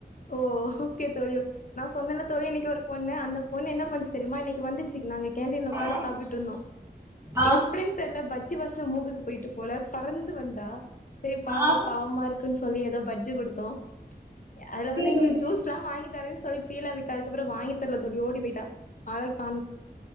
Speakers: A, on the left (about 50°); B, on the right (about 15°).
A: ஓ ஓகே தோழி நா சொன்னல்ல தோழி இன்னைக்கு ஒரு பொண்ணு அந்தபொண்ணு என்ன பன்னுச்சு தெரிமா இன்னைக்கு பொண்ணு எ இன்னைக்கு வந்துச்சு நாங்க கேண்டீன்ல உக்காந்து
B: ஆ
A: சாப்ட்டு இருந்தோ
B: ஆ
A: எப்டின் கூப்ட்டல்ல பஜ்ஜி வாசன மூக்குக்கு போயிட்டு போல பறந்து வந்தா செரி பாக்க
B: ஆ
A: பாவமா இருக்குன் சொல்லி எதோ பட்ஜி குடுத்தோ அதுல
B: தோழி
A: வந்து எங்களுக்கு ஜூஸ் எல்லா வாங்கிதரேன் சொல்லி பீழா விட்டா அதுக்கப்றோ வாங்கி தர்ல தோழி ஓடி போயிட்டா ஆள கா